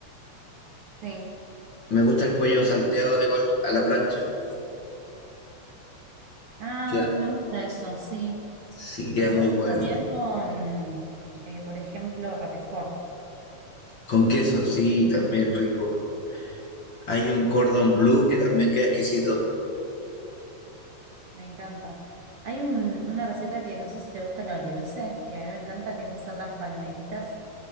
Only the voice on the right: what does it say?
Sí.
Ah,
me gusta eso, sí.
Y me
gusta
también con, eh, por ejemplo, Roquefort.
Me encanta. Hay un- una receta que no sé si te gusta lo agridulce, que a mí me encanta, que es hacer las palmeritas